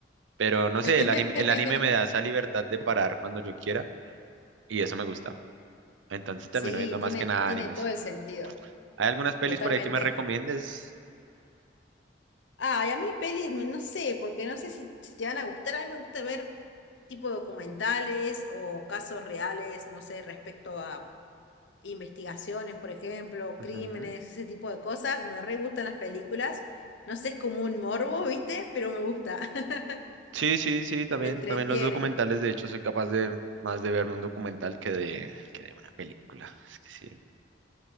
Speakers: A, on the right; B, on the left.
A: pero no sé,
B: <laughs>
A: el anime, el anime me da esa libertad de parar cuando yo quiera y eso me gusta. Entonces termino
B: Sí,
A: viendo más
B: tiene,
A: que nada
B: tiene
A: animes.
B: todo el sentido,
A: ¿Hay algunas pelis
B: totalmente.
A: por ahí que me recomiendes?
B: Ah, y a mí pelis, me- no sé, porque no sé si, si te van a gustar. A mí me gusta ver tipo documentales o casos reales, no sé, respecto a, investigaciones, por ejemplo,
A: Ujú.
B: crímenes, ese tipo de cosas. Me re gustan las películas. No sé, es como un morbo, ¿viste? Pero me gusta, <laughs>
A: Sí, sí, sí, también,
B: me entretiene.
A: también los documentales, de hecho, soy capaz de más de verme un documental que de, que de una película. <laughs> Es que sí.